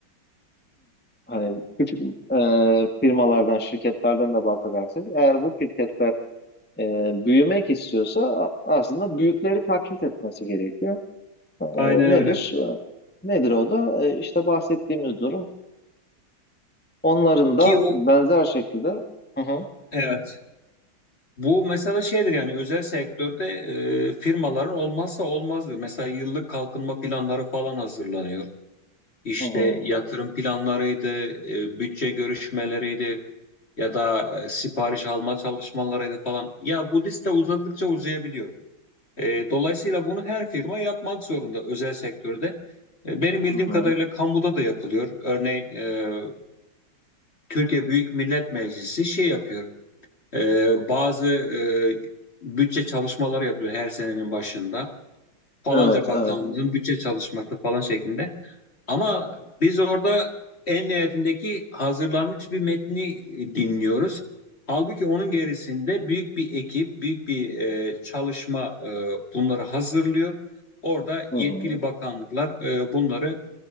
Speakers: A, in the centre; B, on the left.
A: hani küçük e, firmalardan, şirketlerden de bahsedersek eğer bu şirketler e, büyümek istiyorsa a- aslında büyükleri taklit etmesi gerekiyor. E,
B: Aynen
A: nedir?
B: öyle.
A: E, Nedir o da? E, işte bahsettiğimiz durum. Onların da
B: Ki o
A: benzer şekilde hı hı,
B: Evet. Bu mesela şeydir yani özel sektörde e, firmaların olmazsa olmazdır. Mesela yıllık kalkınma planları falan hazırlanıyor. İşte
A: hı hı,
B: yatırım planlarıydı, e, bütçe görüşmeleriydi ya da e, sipariş alma çalışmalarıydı falan. Ya bu liste uzadıkça uzayabiliyor. E, dolayısıyla bunu her firma yapmak zorunda özel sektörde. E, benim bildiğim
A: hı hı.
B: kadarıyla kamuda da yapılıyor. Örneğin e, Türkiye Büyük Millet Meclisi şey yapıyor. Ee, bazı e, bütçe çalışmaları yapılıyor her senenin başında. Falanca
A: Evet,
B: bakanlığın
A: evet.
B: bütçe çalışması falan şeklinde. Ama biz orada en nihayetindeki hazırlanmış bir metni e, dinliyoruz. Halbuki onun gerisinde büyük bir ekip, büyük bir e, çalışma e, bunları hazırlıyor. Orada
A: Hı
B: yetkili
A: hı.
B: bakanlıklar e, bunları